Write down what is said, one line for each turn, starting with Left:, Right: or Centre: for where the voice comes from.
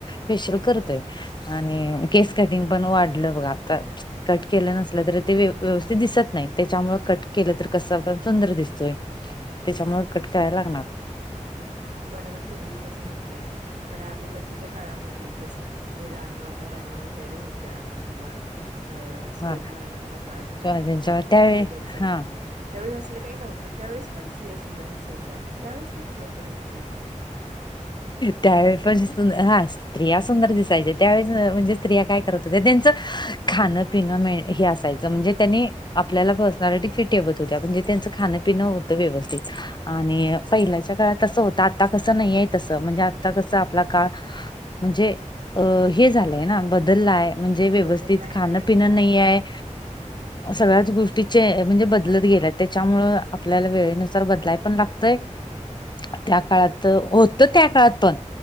Left: फेशियल करतोय. आणि केस कटिंग पण वाढलं बघ आता कट केलं नसल तर ते व्यवस्थित दिसत नाही. त्याच्यामुळे कट केलं तर कसं
Right: हा
Left: आपल्या सुंदर दिसतोय त्याच्यामुळे कट करायला लागणार.
Right: पण आता तुम्ही तसं म्हणताय. पण आदोगरच्याच्या काळामध्ये जस की जे राण्या राण्या वगैरे होत्या किंवा अ शिवाजी
Left: हा
Right: महाराजांचा काळ घ्या
Left: ज्यांच्या
Right: किंवा
Left: त्यावेळी
Right: आदोगरचा
Left: हा
Right: घेतलं त्यावेळेस असलं काही नव्हतं. त्यावेळेस पण स्त्रिया सुंदर दिसायच्या मग त्यावेळेस त्यांनी काय करत होत.
Left: त्यावेळी पण हा स्त्रिया सुंदर दिसायच्या त्यावेळेस म्हणजे स्त्रिया काय करत हो त्यांच खाण पिणं हे असायचं म्हणजे त्यांनी आपल्याला पर्सनालिटी फिट ठेवत होत्या, पणजे त्यांचं खाणंपिनं होतं व्यवस्थित आणि पहिल्याच्या काळात तसं होत. आता कसं नाहीय तसं म्हणजे आता कसं आपला काळ म्हणजे अ हे
Right: हा
Left: झालंय ना बदललाय म्हणजे व्यवस्थित
Right: बदललाय
Left: खाणं
Right: आणि
Left: पिण
Right: हां.
Left: नाही आहे.
Right: हम्म.
Left: सगळ्याच गोष्टी चे म्हणजे बदलत गेला त्याच्यामुळ आपल्याला वेळेनुसार बदलाय पण लागतय. त्या काळात होत त्या काळात पण